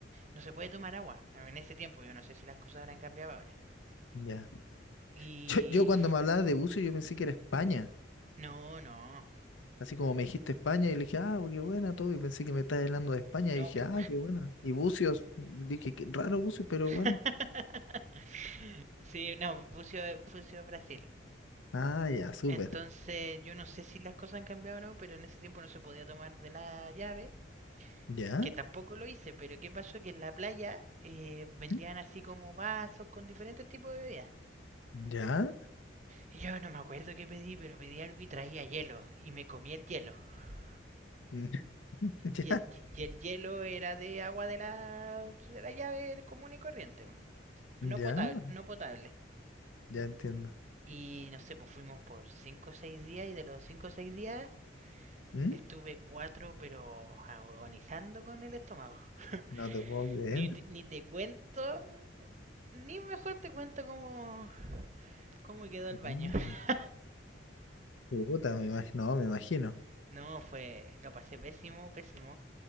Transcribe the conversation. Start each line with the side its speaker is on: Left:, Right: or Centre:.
Right: no se puede tomar agua en ese tiempo. Yo no sé si las cosas habrán cambiado ahora.
Left: Ya.
Right: Y
Left: Yo, yo cuando me hablaba de Bucios, yo pensé que era España.
Right: no, no,
Left: Así como me dijiste España, y le dije, ah, qué buena todo, y pensé que me estabas hablando de España,
Right: no.
Left: y dije,
Right: pu-
Left: ah, qué buena. Y Bucios, dije, qué raro Bucios, pero
Right: <laughs>
Left: bueno.
Right: sí, no, Bucio, Bucio Brasil.
Left: Ah, ya, súper.
Right: Entonces yo no sé si las cosas han cambiado o no, pero en ese tiempo no se podía tomar de la llave
Left: ¿Ya?
Right: que tampoco lo hice, pero ¿qué pasó? Que en la playa eh, vendían
Left: ¿Mm?
Right: así como vasos con diferentes tipos de bebidas.
Left: ¿Ya?
Right: Y yo no me acuerdo qué pedí, pero pedí algo y traía hielo. Y me comí el hielo. <laughs>
Left: ¿Mm? <laughs>
Right: Y
Left: ¿Ya?
Right: el, y el hielo era de agua de la, de la llave común y corriente.
Left: ¿Ya?
Right: No potable, no potable.
Left: Ya entiendo.
Right: Y no sé, pues fuimos por 5 o seis días y de los 5 o 6 días
Left: ¿Mm?
Right: estuve 4 pero agonizando con el estómago. <laughs>
Left: No te puedo creer.
Right: ni, ni te cuento, ni mejor te cuento cómo, ¿Cómo quedó el baño?
Left: Mm.
Right: <laughs>
Left: Puta, me imagino, no, me imagino.
Right: No, fue, lo pasé pésimo, pésimo,